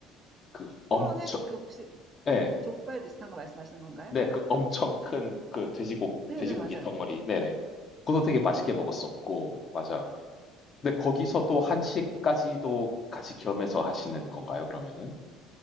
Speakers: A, on the left (about 40°); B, on the right (about 35°).
A: 그 엄청
B: 코로네? 그 혹시
A: 예.
B: 족발 비슷한 거 말씀하시는 건가요?
A: 네, 그 엄청 큰 그 돼지고
B: 네,
A: 돼지고기
B: 네, 맞아요.
A: 덩어리. 네네. 그것도
B: 네.
A: 되게 맛있게 먹었었고. 맞아. 근데 거기서 또 한식까지도 같이 겸해서 하시는 건가요, 그러면은?